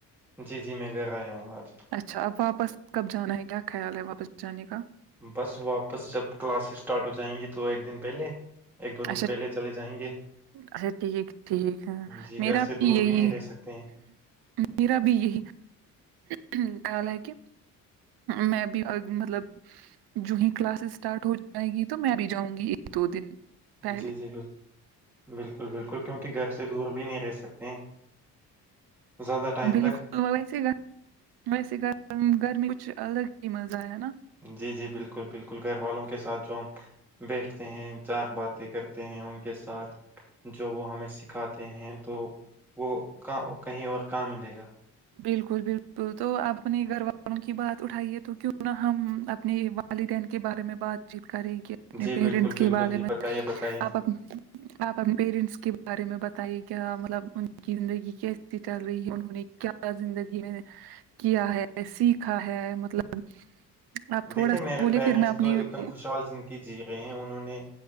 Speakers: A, in the centre; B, on the right.
A: جی جی میں گھر آیا ہوں آج
B: اچھا اب واپس کب جانا ہے کیا خیال ہے واپس جانے کا
A: بس واپس جب کلاسز اسٹارٹ ہو جائیں گی تو ایک دن پہلے ایک دو دن
B: اچھا
A: پہلے چلے جائیں گے
B: اچھا ٹھیک ٹھیک ہے
A: جی
B: میرا
A: گھر سے
B: بھی
A: دور
B: یہی
A: نہیں رہ سکتے ہیں
B: میرا بھی یہی کہنہ ہے کہ میں بھی مطلب جوہی کلاسز اسٹارٹ ہو جائے گی تو میں بھی جاؤں گی ایک دو دن پہلے
A: جی جی بالک بالکل بالکل کیونکہ گھر سے دور بھی نہیں رہ سکتے ہیں زیادہ ٹائم
B: بالکل
A: تک
B: ویسے ویسے گرمی کچھ الگ ہی مزہ ہے نا
A: جی جی بالکل بالکل گھر والوں کے ساتھ جو ہم بیٹھتے ہیں چار باتیں کرتے ہیں ان کے ساتھ جو وہ ہمیں سکھاتے ہیں تو وہ کا کہیں اور کہاں ملے گا
B: بالکل بالکل تو آپ اپنے گھر والوں کی بات اٹھائیے تو کیوں نہ ہم اپنے ہی بات ابھی گھر کے بارے میں بات چیت کریں کہ اپنے
A: جی بالکل
B: پیرنٹس کے
A: بالکل
B: بارے
A: جی
B: میں
A: بتائیے بتائیے
B: آپ اب آپ اپنے پیرنٹس کے بارے میں بتائیے کیا مطلب ان کی زندگی کیسے چل رہی ہے انہوں نے کیا زندگی میں کیا ہے سیکھا ہے مطلب آپ تھوڑا
A: دیکھیے
B: سا
A: میرے
B: بولے
A: پیرنٹس
B: پھر میں اپنے
A: تو ایک دم خوشحال زندگی جی رہے ہیں انہوں نے